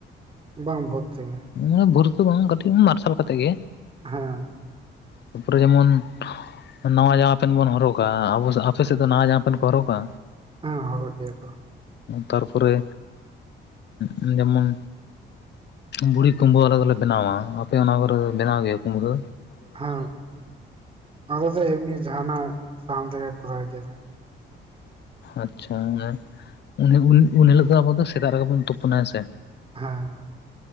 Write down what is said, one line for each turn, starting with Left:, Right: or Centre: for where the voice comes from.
Right: ᱵᱟᱝ ᱵᱷᱳᱨ ᱛᱮᱜᱮ᱾
Left: ᱟᱱᱟᱹᱜ ᱵᱷᱳᱨ ᱫᱚ ᱵᱟᱝ ᱠᱟᱹᱴᱤᱡ ᱢᱟᱨᱥᱟᱞ ᱠᱟᱛᱮᱜ ᱜᱮ᱾
Right: ᱦᱮᱸ᱾
Left: ᱛᱟᱨᱯᱚᱨᱮ ᱡᱮᱢᱚᱱ ᱱᱟᱣᱟ ᱡᱟᱢᱟ ᱯᱮᱱ ᱵᱚᱱ ᱦᱚᱨᱚᱜᱟ ᱟᱵᱚ ᱟᱯᱮ ᱥᱮᱫ ᱫᱚ ᱱᱟᱣᱟ ᱡᱟᱢᱟ ᱯᱮᱱ ᱠᱚ ᱦᱚᱨᱚᱜᱟ?
Right: ᱦᱮᱸ ᱦᱚᱨᱚᱜ ᱜᱮᱭᱟ ᱠᱚ᱾
Left: ᱛᱟᱨᱯᱚᱨᱮ ᱩᱸᱜ ᱡᱮᱢᱚᱱ ᱵᱩᱲᱦᱤ ᱠᱩᱢᱵᱟᱹ ᱟᱞᱮ ᱫᱚᱞᱮ ᱵᱮᱱᱟᱣᱟ, ᱟᱯᱮ ᱚᱱᱟ ᱠᱚᱨᱮ ᱫᱚ ᱵᱮᱱᱟᱣ ᱜᱮᱭᱟ ᱠᱩᱢᱵᱷᱟᱹ?
Right: ᱦᱮᱸ ᱟᱞᱮ ᱫᱚ ᱮᱢᱱᱤ ᱡᱟᱦᱟᱸᱱᱟᱜ ᱥᱟᱦᱟᱱ ᱛᱮᱜᱮ ᱠᱚᱨᱟᱣ ᱜᱮᱭᱟ ᱞᱮ᱾
Left: ᱟᱪᱪᱷᱟ ᱚᱱᱮ ᱩᱱ ᱩᱱ ᱦᱤᱞᱳᱜ ᱫᱚ ᱟᱵᱚ ᱫᱚ ᱥᱮᱛᱟᱜ ᱨᱮᱜᱮ ᱵᱚᱱ ᱛᱩᱯᱩᱱᱟ ᱦᱮᱸᱥᱮ?
Right: ᱦᱮᱸ᱾